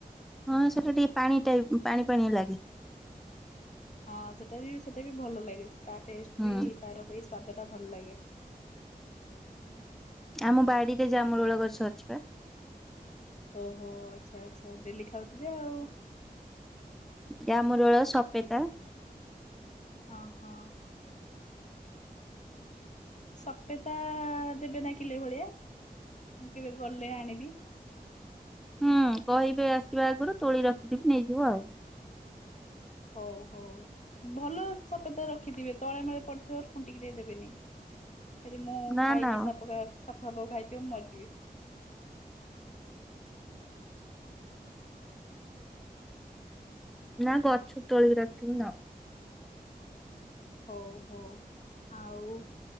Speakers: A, in the centre; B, on the left.
A: ହଁ ସେଟା ଟିକେ ପାଣି ଟାଇପ ପାଣି ପାଣିଆ ଲାଗେ
B: ହଁ ସେଟା ବି ସେଇଟା ବି ଭଲ ଲାଗେ ତା ଟେଷ୍ଟ
A: ହୁଁ
B: ବି ତାର ଏଇ ସ୍ଵାଦ ଟା ଭଲ ଲାଗେ
A: ଆମ ବାଡିରେ ଯାମୁ ରୋଲ ଗଛ ଅଛି ବା
B: ଓହୋ ଆଚ୍ଛା ଆଚ୍ଛା ହଉ ଡେଲି ଖାଉଥିବେ ଆଉ
A: ଯାମୁରୋଳ ସପିତା
B: ଓହୋ ସଫେତା ଦେବେ ନା କିଲେ ଭଳିଆ ମୁଁ କେବେ ଗଲେ ଆଣିବି।
A: ହୁଁ କହିବେ ଆସିବା ଆଗରୁ ତୋଳି ରଖିଥିବି ନେଇଯିବ ଆଉ।
B: ହୋଉ ହୋଉ। ଭଲ ସଫେତା ରଖିଥିବେ ତଳେମଳେ ପଡିଥିବା ଖୁଣ୍ଟିକି ଦେଇଦେବେନି। ହେଲେ ମୁଁ
A: ନା
B: ଖାଇକି
A: ନା
B: ସାପ କ ସାପ ଫାପ ଖାଇଥିବ ମୁଁ ମରିଯିବି।
A: ନା ଗଛରୁ ତୋଳିକି ରଖିକି ନବ।
B: ହୋଉ ହୋଉ ଆଉ